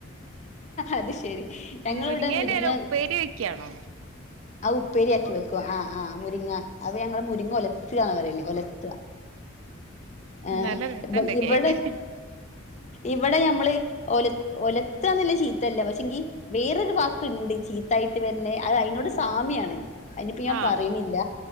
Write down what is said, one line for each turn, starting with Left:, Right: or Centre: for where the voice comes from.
Left: അത് ശെരി ഞങ്ങളിവിടെ
Right: മുരിങ്ങേന്റെ
Left: മുരിങ്ങ
Right: എല ഉപ്പേരി വെക്കാണോ
Left: ആ ഉപ്പേരിയാക്കി വെ ക്കും ആ ആ മുരിങ്ങ അഅ് ഞങ്ങൾ മുരി മുരിങ്ങ ഉലത്താന്ന് പറല് ഉല ത്താ ഏ
Right: നല്ല രസണ്ട്
Left: ഇവിടെ
Right: കേക്കാൻ
Left: ഇവിടെ നമ്മള് ഒല ഒലത്താന്ന് ശീത്തല്ല പക്ഷെങ്കി വേറൊരു വാക്ക്ണ്ട് ചീത്തായിട്ട് വന്നെ അത് അതിനോട് സാമ്യയാണ് അതിനിപ്പ ഞാൻ
Right: ആ
Left: പറയണില്ല